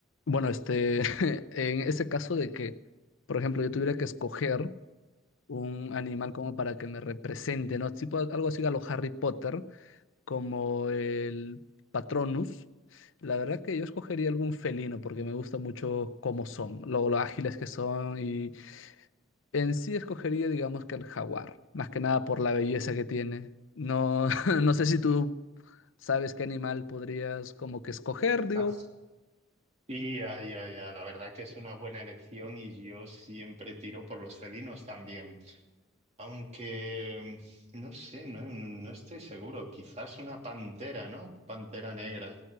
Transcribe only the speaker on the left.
Bueno, este, <laughs> en ese caso de que, por ejemplo, yo tuviera que escoger un animal como para que me represente, ¿no? Tipo algo así a lo Harry Potter, como el Patronus. La verdad que yo escogería algún felino porque me gusta mucho cómo son, lo, lo ágiles que son y en sí escogería, digamos que el jaguar, más que nada por la belleza que tiene. No, <laughs> no sé si tú sabes qué animal podrías como que escoger, digo.